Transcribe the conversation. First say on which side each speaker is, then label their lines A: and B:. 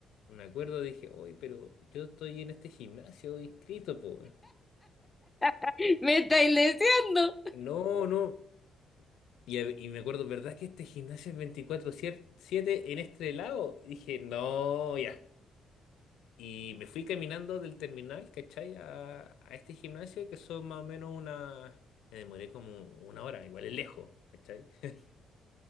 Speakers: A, on the left; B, on the left.
A: me acuerdo, dije, oye, pero yo estoy en este gimnasio inscrito, po. weón".
B: <laughs> Me estáis deseando.
A: No, no. Y, a- y me acuerdo, ¿verdad que este gimnasio es veinticuatro siete en este lado? Y dije, no, ya. Y me fui caminando del terminal, ¿cachai? A, a este gimnasio que son más o menos una... Me demoré como una hora, igual es lejos, ¿cachai? <laughs>